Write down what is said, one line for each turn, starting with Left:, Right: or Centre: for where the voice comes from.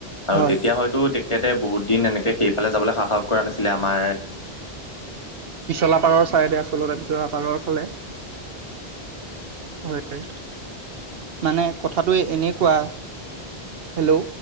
Left: আৰু
Right: হয়
Left: তেতিয়া হয়তো তেখেত। বহুত দিন এনেকৈ সেইফালে যাবলৈ সাহস কৰা নাছিলে আমাৰ,
Right: পিছলাপাৰৰ চাইডে আচলতে পিছলাপাৰৰ ফালে হয় মানে কথাটো এনেকোৱা হেল্ল'